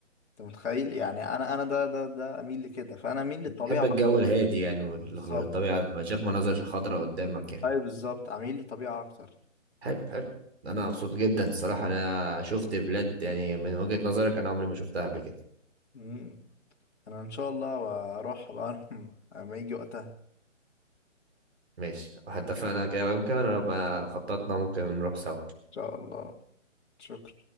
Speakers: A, on the left (about 60°); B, on the right (about 55°).
A: انت متخيل يعني انا انا ده ده ده اميل لكده فانا اميل للطبيعه
B: بحب
A: أكتر.
B: الجو الهادي يعني وال-
A: بالظبط
B: والطبيعه تبقى شايف مناظر خضراء قدامك يعني
A: اي بالظبط اميل للطبيعه اكتر
B: حلو حلو انا مبسوط جدا الصراحه انا شفت بلاد يعني من وجهة نظرك انا عمري ما شفتها قبل كده
A: مم. انا ان شاء الله واروح بقى <laughs> لما يجي وقتها ان
B: ماشي حتى فانا كده ممكن انا لو بقى خططنا ممكن نروح سوا
A: شاء الله شكرا